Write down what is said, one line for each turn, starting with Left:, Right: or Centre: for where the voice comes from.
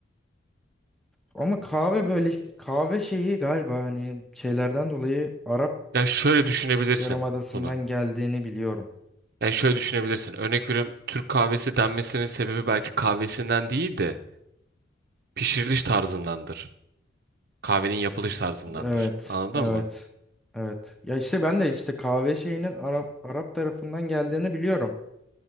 Centre: Ama kahve böyle işte- kahve şeyi galiba hani şeylerden dolayı Arap
Right: Ya şöyle düşünebilirsin
Centre: Yarımadası'ndan
Right: bunu.
Centre: geldiğini biliyorum.
Right: Yani şöyle düşünebilirsin. Örnek veriyorum Türk kahvesi denmesinin sebebi belki kahvesinden değil de pişiriliş tarzındandır. Kahvenin yapılış tarzındandır.
Centre: Evet,
Right: Anladın
Centre: evet,
Right: mı?
Centre: evet. Ya işte ben de işte kahve şeyinin Arap Arap tarafından geldiğini biliyorum.